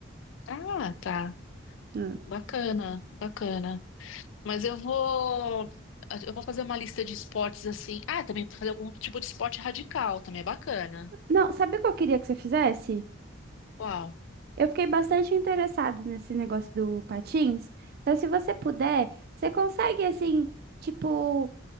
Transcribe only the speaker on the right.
Ah.
Não, sabe o que eu queria que você fizesse?
Eu fiquei bastante interessada nesse negócio do patins. Então, se você puder, você consegue, assim, tipo,